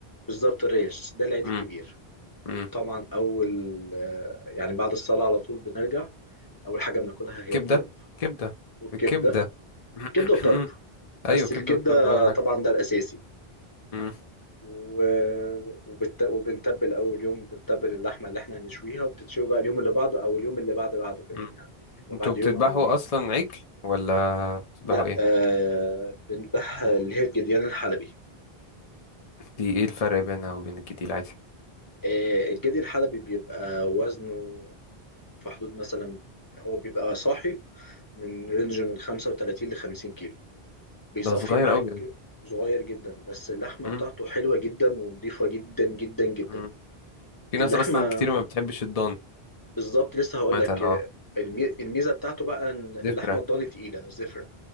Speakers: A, on the left; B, on the left.
A: بالظبط الريش ده العيد
B: مم.
A: الكبير وطبعا
B: مم.
A: اول آه، يعني بعد الصلاه على طول بنرجع اول حاجه بناكلها هي
B: كبدة
A: الطرب
B: كبدة
A: والكبده
B: الكبدة <clears throat>
A: كبده وطرب بس
B: ايوه كبدة
A: الكبده
B: والطرب اول حاجة
A: طبعا ده الاساسي
B: مم.
A: و... وبت... وبنتبل اول يوم بنتبل اللحمه اللي احنا هنشويها وبتتشوي بقى اليوم اللي بعده او اليوم اللي بعد بعده كمان
B: مم.
A: يعني ما
B: انتوا
A: بعد
B: بتذبحوا
A: يوم او يومين
B: اصلا عجل ولا بتذبحوا
A: لا
B: ايه؟
A: آه بنذبح اللي هي الجديان الحلبي
B: دي ايه الفرق بينها وبين الجديد العادي؟
A: آه الجدي الحلبي بيبقى وزنه في حدود مثلا هو بيبقى صاحي من رينج من 35 ل 50 كيلو بيصفي
B: ده صغير
A: معاك
B: قوي ده
A: صغير جدا بس اللحمة
B: مم.
A: بتاعته حلوة جدا ونضيفة جدا جدا جدا
B: مم. في ناس
A: اللحمة
B: اصلا كتير ما بتحبش الضان
A: بالظبط لسه هقول
B: مثلا
A: لك آه،
B: اه
A: المي- الميزة بتاعته بقى ان
B: ذكرى
A: اللحمة الضاني تقيلة زفرة